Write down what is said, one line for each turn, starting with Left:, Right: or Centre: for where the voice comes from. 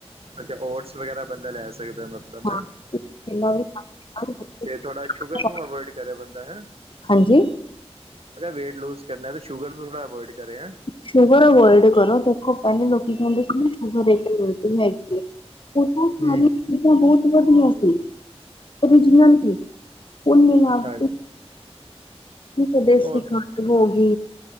Right: ਅੱਛਾ ਓਟਸ ਵਗੈਰਾ ਬੰਦਾ ਲੈ ਸਕਦਾ। ਮਤਲਬ
Left: ਹਾਂ
Right: ਹੈ
Left: ਚਿਲਾ ਵੀ ਖਾ ਸਕਦੇ
Right: ਤੇ ਥੋੜ੍ਹਾ ਸ਼ੂਗਰ
Left: ਹਾਂ।
Right: ਨੂੰ ਅਵੋਇਡ ਕਰੇ ਬੰਦਾ ਹੈਂ।
Left: ਹਾਂਜੀ
Right: ਅਗਰ ਵੇਟ ਲੂਜ ਕਰਨਾ ਤਾਂ ਸ਼ੂਗਰ ਨੂੰ ਥੋੜਾ ਅਵੋਇਡ ਕਰੇਂ।
Left: ਸ਼ੂਗਰ ਅਵੋਇਡ ਕਰੋ ਦੇਖੋ ਪਹਿਲੇ ਲੋਕੀ ਖਾਂਦੇ ਸੀ ਸ਼ਗਰ ਉਹ ਤਾਂ ਸਾਰੀਆਂ
Right: ਹਮ
Left: ਚੀਜ਼ਾਂ ਬਹੁਤ ਵਧੀਆ ਸੀ ਓਰੀਜਨਲ ਸੀ। ਹੁਣ ਮਿਲਾਵਟ
Right: ਹਾਂਜੀ
Left: ਜਿਵੇਂ
Right: ਉਹ
Left: ਕਿ ਖੰਡ ਹੋ ਗਈ